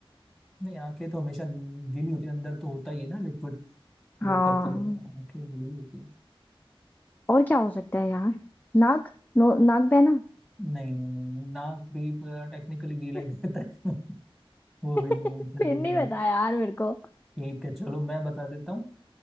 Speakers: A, in the centre; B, on the left.
A: नहीं आंखें तो हमेशा गीली होती है अंदर तो होता ही है ना लिक्विड फ्लो
B: हाँ
A: करता रहता है आंखें गीली होती है
B: और क्या हो सकता है यार नाक नो नाक बहना
A: नहीं नहीं नहीं नहीं नाक भी टेक्निकली गीला
B: <laughs>
A: ही रहता है <laughs> वो
B: फिर
A: भी नहीं है आंसर वो
B: नहीं
A: भी नहीं
B: पता
A: है
B: यार मेरे को
A: ठीक है चलो मैं बता देता हूँ